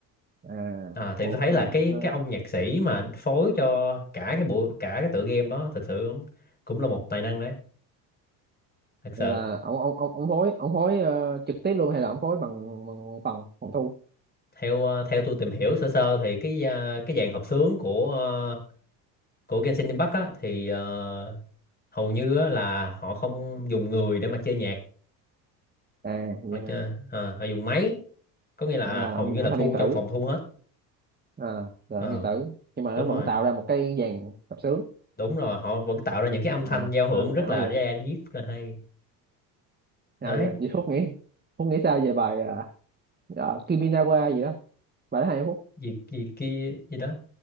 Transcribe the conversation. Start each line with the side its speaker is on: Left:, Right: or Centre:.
Right: à,
Left: à, thì
Right: ok
Left: tôi thấy
Right: ok.
Left: là cái cái ông nhạc sĩ mà phối cho cả cái bộ cả cái tựa game đó thật sự cũng cũng là một tài năng đấy thật sự
Right: là ông ông ông ông phối ông phối ờ, trực tiếp luôn hay là ông phối bằng, bằng phòng phòng thu
Left: theo ờ, theo tôi tìm hiểu sơ sơ thì cái ờ, cái dàn hợp xướng của ờ, của Genshin Impact á thì ờ, hầu như á, là họ không dùng người để mà chơi nhạc
Right: à vậy
Left: họ
Right: hả
Left: chơi à, họ dùng máy có nghĩa là
Right: đó là
Left: hầu
Right: âm,
Left: như là
Right: âm thanh
Left: thu
Right: điện tử
Left: trong phòng thu hết
Right: à là
Left: ờ
Right: âm điện tử nhưng mà
Left: đúng
Right: nó vẫn
Left: rồi
Right: tạo ra một cái dàn tập sướng
Left: đúng rồi họ vẫn tạo ra những cái âm thanh
Right: à
Left: giao hưởng
Right: nó
Left: rất
Right: ảo
Left: là
Right: vậy
Left: ra diết rất là hay
Right: nào
Left: đấy
Right: vậy vậy Phúc nghĩ Phúc nghĩ sao về bài à, à, Kiminawa gì đó bài đó hay không Phúc
Left: gì gì kia gì đó